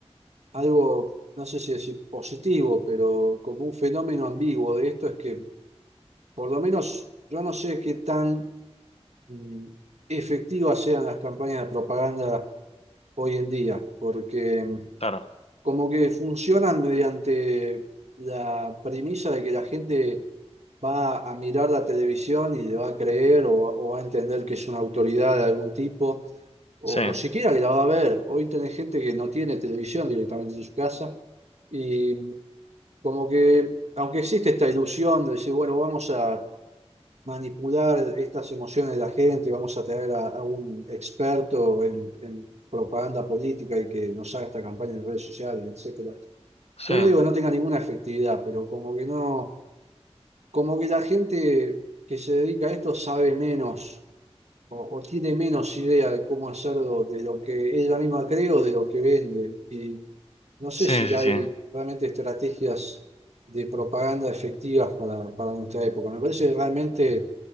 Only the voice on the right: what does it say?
algo, no sé si decir positivo, pero como un fenómeno ambiguo de esto es que por lo menos yo no sé qué tan mm, efectivas sean las campañas de propaganda hoy en día, porque mm,
como que funcionan mediante la premisa de que la gente va a mirar la televisión y le va a creer o, o va a entender que es una autoridad de algún tipo, o,
o siquiera que la va a ver. Hoy tenés gente que no tiene televisión directamente en su casa y como que, aunque existe esta ilusión de decir, bueno, vamos a manipular estas emociones de la gente, vamos a traer a, a un experto en, en propaganda política y que nos haga esta campaña en redes sociales, etcétera.
Yo no digo que no tenga ninguna efectividad, pero como que no, como que la gente que se dedica a esto sabe menos o, o tiene menos idea de cómo hacerlo de lo que ella misma cree o de lo que vende. Y no sé
si
hay
realmente estrategias de propaganda efectivas para, para nuestra época. Me parece que realmente